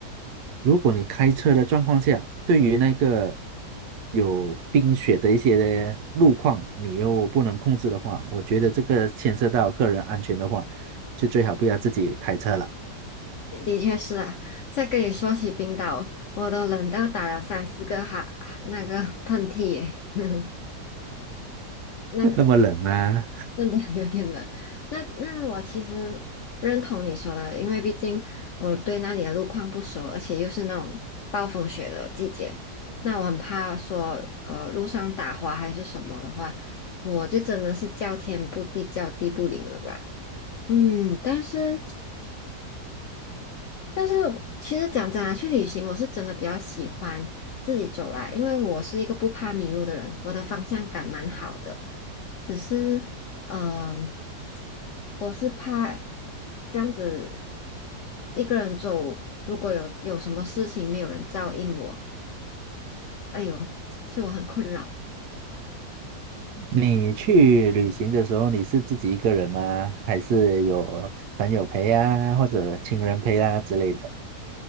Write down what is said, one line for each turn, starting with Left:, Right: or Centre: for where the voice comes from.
Right: 如果你开车的状况下，对于那个有冰雪的一些路况，你又不能控制的话，我觉得这个牵涉到个人安全的话，就最好不要自己开车了，
Left: 的确是啊。再跟你说起冰岛，我都冷到打了三四个哈那个喷嚏耶。<laughs> 那
Right: <laughs> 那么冷啊。
Left: 真的 <laughs> 有点冷。那那我其实认同你说的，因为毕竟我对那里的路况不熟，而且又是那种暴风雪的季节，那我很怕说呃路上打滑还是什么的话，我就真的是叫天不地叫地不灵了吧。嗯，但是但是其实讲真啊，去旅行我是真的比较喜欢自己走啦，因为我是一个不怕迷路的人，我的方向感蛮好的，只是。嗯、呃我是怕这样子一个人走，如果有有什么事情没有人照应我，哎呦，所以我很困扰。
Right: 你去旅行的时候，你是自己一个人吗？还是有朋友陪啊，或者亲人陪啊之类的？